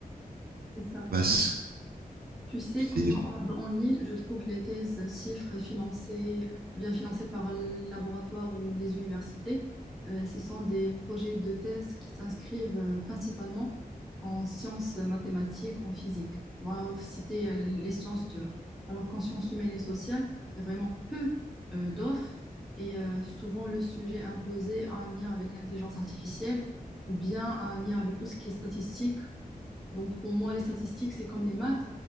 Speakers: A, in the centre; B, on the right (about 80°).
A: C'est ça.
B: Parce que
A: Tu sais,
B: c'est
A: quand je regarde en ligne, je trouve les thèses chiffres financées, ou bien financées par le laboratoire ou les universités. Euh, ce sont des projets de thèse qui s'inscrivent euh, principalement en sciences mathématiques, en physique. Moi, c'était euh, les sciences dures. Alors qu'en sciences humaines et sociales, il y a vraiment peu euh, d'offres et euh, souvent le sujet imposé a un lien avec l'intelligence artificielle ou bien un lien avec tout ce qui est statistique donc pour moi, les statistiques, c'est comme les maths.